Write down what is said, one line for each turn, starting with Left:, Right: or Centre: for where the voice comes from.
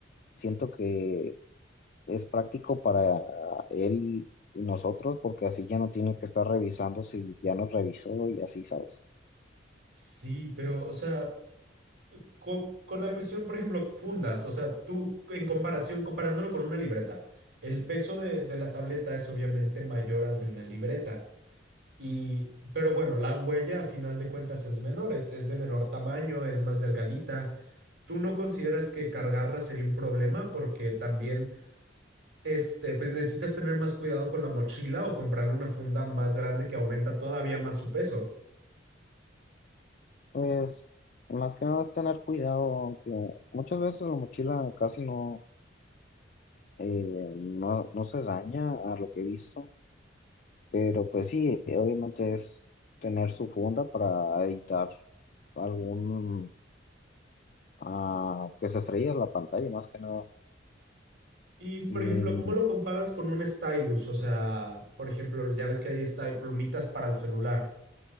Left: siento que es práctico para él y nosotros porque así ya no tiene que estar revisando si ya nos revisó y así, ¿sabes?
Right: Sí, pero, o sea, co- con, la cuestión, por ejemplo, fundas, o sea, tú en comparación, comparándolo con una libreta, el peso de, de la tableta es obviamente mayor al de una libreta. Y, pero bueno, la huella a final de cuentas es menor, es, es de menor tamaño, es más delgadita. ¿Tú no consideras que cargarla sería un problema? Porque también, este, pues necesitas tener más cuidado con la mochila o comprarle una funda más grande que aumenta todavía más su peso.
Left: Pues más que nada es tener cuidado, aunque muchas veces la mochila casi no, eh, no, no se daña a lo que he visto, pero pues sí, obviamente es tener su funda para evitar algún ah, que se estrella la pantalla más que nada.
Right: Y, por
Left: Y,
Right: ejemplo, ¿cómo lo comparas con un stylus? O sea, por ejemplo, ya ves que ahí está plumitas para el celular.